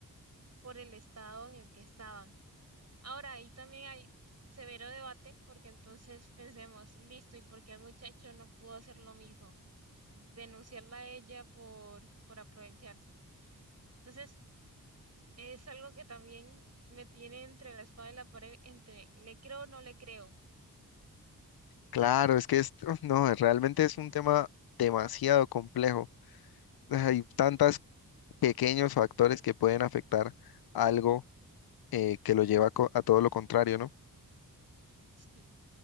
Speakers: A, on the right; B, on the left.
A: por el estado en el que estaban. Ahora, ahí también hay severo debate porque entonces pensemos, listo, ¿y por qué el muchacho no pudo hacer lo mismo? Denunciarla a ella por, por aprovecharse. Entonces, es algo que también me tiene entre la espada y la pared, entre le creo o no le creo.
B: Claro, es que esto, <laughs> no, realmente es un tema demasiado complejo. Hay tantos pequeños factores que pueden afectar algo eh, que lo lleva co- a todo lo contrario, ¿no?
A: Sí.